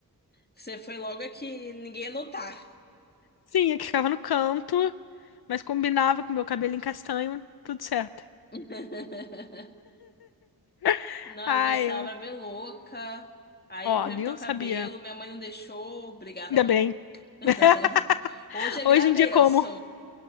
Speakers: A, on the left; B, on the left.
A: Você foi logo aqui, ninguém ia notar.
B: Sim, é que ficava no canto, mas combinava com meu cabelo em castanho, tudo certo.
A: <laughs>
B: <laughs>
A: Não,
B: Ai,
A: eu gostava,
B: eu.
A: era bem louca. Aí
B: Ó,
A: eu queria
B: viu?
A: pintar o
B: Sabia.
A: cabelo, minha mãe não deixou. Obrigada,
B: Ainda
A: mãe.
B: bem.
A: <laughs>
B: <laughs>
A: Hoje agradeço.
B: Hoje em dia, como?